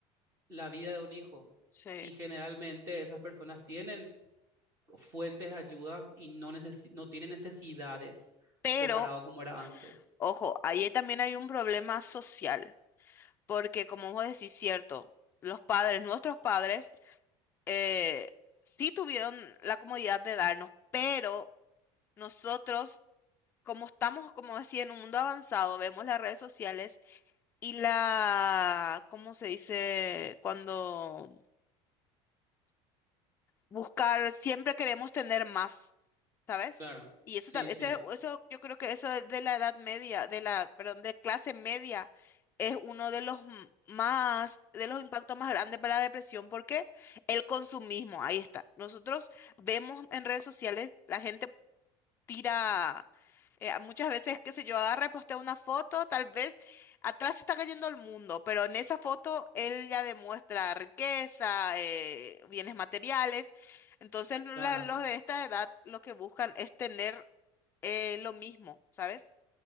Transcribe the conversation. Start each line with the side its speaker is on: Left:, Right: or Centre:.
Right: la vida de un hijo.
Left: sí.
Right: Y generalmente esas personas tienen fuentes de ayuda y no, necesi- no tiene necesidades
Left: Pero
Right: comparado como era antes.
Left: Ojo, ahí también hay un problema social, porque como vos decís, cierto, los padres, nuestros padres, eh, sí tuvieron la comodidad de darnos, pero nosotros, como estamos, como decía, en un mundo avanzado, vemos las redes sociales y la, ¿cómo se dice? Cuando buscar, siempre queremos tener más, ¿sabes?
Right: Claro,
Left: Y eso,
Right: sí,
Left: tam- ese-
Right: sí,
Left: eso, yo creo que eso es de la edad media, de la, perdón, de clase media, es uno de los m- más, de los impactos más grandes para la depresión, porque el consumismo, ahí está. Nosotros vemos en redes sociales la gente tira, eh, muchas veces, qué sé yo, agarra y postea una foto, tal vez atrás está cayendo el mundo, pero en esa foto él ya demuestra riqueza, eh, bienes materiales. Entonces la-
Right: claro,
Left: los de esta edad lo que buscan es tener eh, lo mismo, ¿sabes?